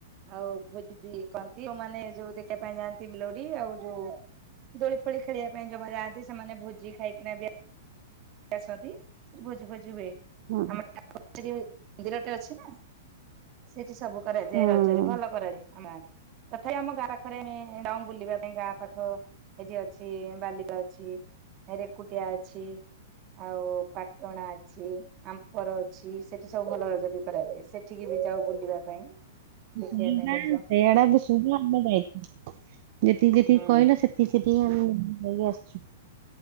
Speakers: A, on the right; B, on the right.
A: ଆଉ ଭୋଜି ବି କରନ୍ତି ଯେଉଁମାନେ ଯୋଉ ଦେଖିବା ପାଇଁ ଯାଆନ୍ତି ମଲୋଡି ଆଉ ଯୋଉ ଦୋଳି ଫୋଳି ଖେଳିବା ପାଇଁ ଜମା ଯାଆନ୍ତି ସେମାନେ ଭୋଜି ଖାଇକିନା ବି ଆସନ୍ତି ସେଠି ଭୋଜି ଭୋଜି ହୁଏ
B: ହଁ
A: ଆମର ମନ୍ଦିରଟେ ଅଛି ନା ସେଠି ସବୁ କରାଯାଏ
B: ହୁଁ।
A: ରଜରେ ଭଲ କରାଆଡେ ଆମଆଡେ ତଥାପି ଆମ ଗାଁ ପାଖ ଥରେ ଆମେ ଯାଉଁ ବୁଲିବା ପାଇଁ ଗାଁ ପାଖ ଏଠି ଅଛି ବାଲିପା ଅଛି ରେକୁଟିଆ ଅଛି। ଆଉ ପାଟଣା ଅଛି। ଆମ୍ପର ଅଛି ସେଠି ସବୁ ଭଲ ରଜ ବି କରାଯାଏ ସେଠିକି ବି ଯାଉ ବୁଲିବା ପାଇଁ। ଦେଖିବା
B: ଗି
A: ପାଇଁ
B: ଗାଁ
A: ରଜ
B: ସେଆଡେ ବି <unintelligible> ସୁଧା ଆମେ ଯାଇ ଯେତିକି ଯେତିକି
A: ହୁଁ
B: କହିଲ ସେ ସେ ସେଠି ଆମ ଯାଇକି ଆସଚୁ।